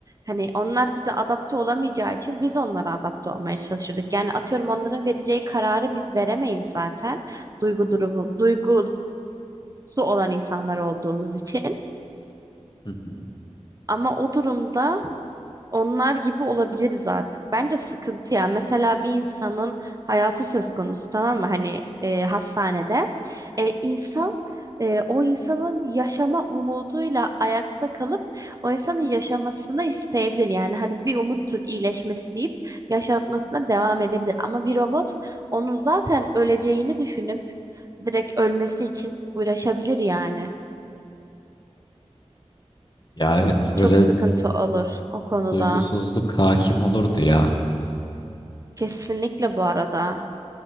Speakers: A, on the right; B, on the left.
A: Hani onlar bize adapte olamayacağı için biz onlara adapte olmaya çalışırdık. Yani atıyorum onların vereceği kararı biz veremeyiz zaten. Duygu durumu, duygusu olan insanlar olduğumuz için.
B: Hı hı.
A: Ama o durumda Onlar gibi olabiliriz artık. Bence sıkıntı ya. Mesela bir insanın hayatı söz konusu tamam mı? Hani e, hastanede. E, insan e, o insanın yaşama umuduyla ayakta kalıp o insanın yaşamasını isteyebilir. Yani hani bir umuttur iyileşmesi deyip yaşatmasına devam edebilir. Ama bir robot onun zaten öleceğini düşünüp direkt ölmesi için uğraşabilir yani.
B: Ya evet böyle
A: Çok sıkıntı olur o konuda.
B: duygusuzluk hakim olurdu ya.
A: Kesinlikle bu arada.